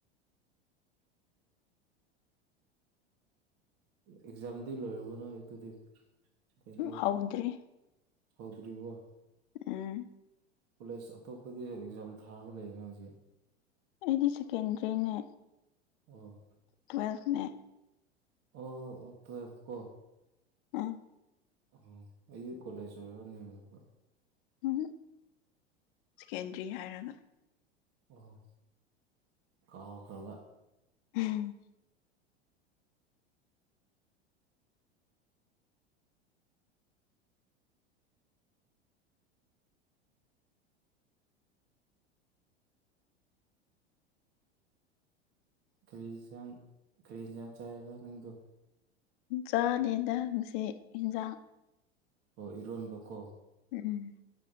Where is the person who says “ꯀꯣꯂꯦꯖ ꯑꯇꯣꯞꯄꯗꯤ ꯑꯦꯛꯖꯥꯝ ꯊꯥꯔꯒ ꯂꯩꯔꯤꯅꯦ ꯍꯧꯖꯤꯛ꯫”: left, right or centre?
Right